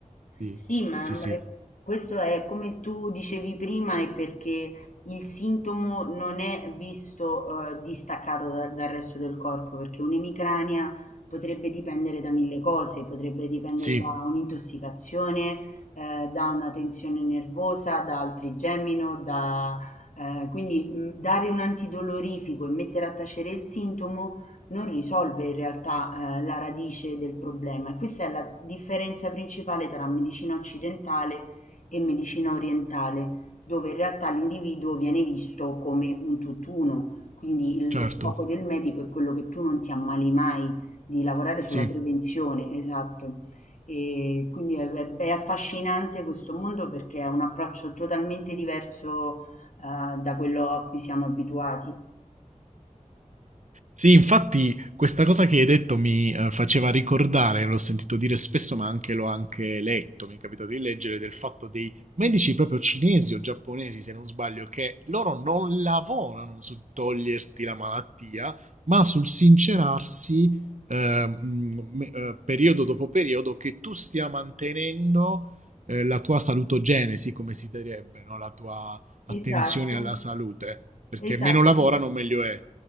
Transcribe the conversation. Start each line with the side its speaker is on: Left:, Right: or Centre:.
Right: Sì,
Left: Sì, ma
Right: sì, sì,
Left: ma è- questo è come tu dicevi prima, è perché il sintomo non è visto eh, distaccato da- dal resto del corpo, perché un'emicrania potrebbe dipendere da mille cose, potrebbe dipendere
Right: sì,
Left: da un'intossicazione, eh, da una tensione nervosa, da altrigemino, da, eh, quindi mh, dare un antidolorifico e mettere a tacere il sintomo non risolve in realtà eh, la radice del problema e questa è la differenza principale tra medicina occidentale e medicina orientale, dove in realtà l'individuo viene visto come un tutt'uno, quindi il-
Right: certo,
Left: lo scopo del medico è quello che tu non ti ammali mai, di lavorare sulla
Right: sì.
Left: prevenzione, esatto. E quindi è, è- è affascinante questo mondo perché è un approccio totalmente diverso eh, da quello a cui siamo abituati.
Right: Sì, infatti questa cosa che hai detto mi eh, faceva ricordare, l'ho sentito dire spesso, ma anche l'ho anche letto, mi è capitato di leggere, del fatto dei medici proprio cinesi o giapponesi, se non sbaglio, che loro non lavorano su toglierti la malattia, ma sul sincerarsi eh, mh, me- eh, periodo dopo periodo che tu stia mantenendo eh, la tua salutogenesi, come si direbbe, no? La tua attenzione
Left: Esatto,
Right: alla salute, perché
Left: esatto.
Right: meno lavorano meglio è,